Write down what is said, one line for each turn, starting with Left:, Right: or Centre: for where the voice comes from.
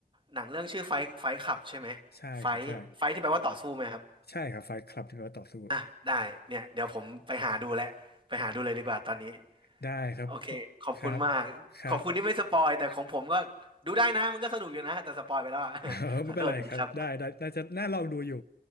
Right: หนังเรื่องชื่อไฟท์ไฟท์ับใช่ไหม
Left: ใช่ครับใช่
Right: ไฟ์ไฟ์ที่แปลว่าต่อสู้ไหมครับ
Left: ใช่ครับไฟท์คลับที่แปลว่าต่อสู้
Right: อ่ะได้เนี่ยเดี๋ยวผมไปหาดูแลไปหาดูเลยดีกว่าตอนนี้
Left: ได้ครับ
Right: โอเคขอบคุณมากขอบคุณที่ไม่สปอยแต่ของผมก็ดูได้นะมันก็สนุกอยู่นะแต่สปอยไปแล้วอะ
Left: ครับครับ <laughs> เออไม่เป็นไรครับได้ได้น่าจะน่าลองดูอยู่
Right: <laughs> ขอโทษทีครับ